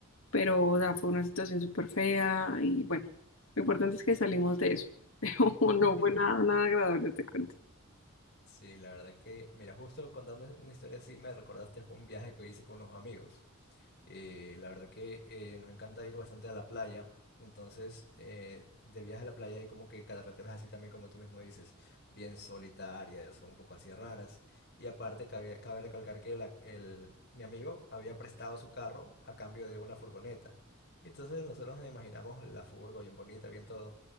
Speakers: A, on the left; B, on the left.
A: pero o sea, fue una situación súper fea y bueno, lo importante es que salimos de eso, <laughs> pero
B: <laughs>
A: no fue nada, nada agradable, te cuento,
B: Sí, la verdad que, mira, justo contando una historia así, me recordaste un viaje que hice con unos amigos. Eh, la verdad que eh, nos encanta ir bastante a la playa. Entonces, eh, de viaje a la playa hay como que carreteras así también, como tú mismo dices, bien solitarias o un poco así raras. Y aparte, cabe, cabe recalcar que la- el, mi amigo había prestado su carro a cambio de una furgoneta. Entonces, nosotros nos imaginamos la furgo bien bonita, bien todo.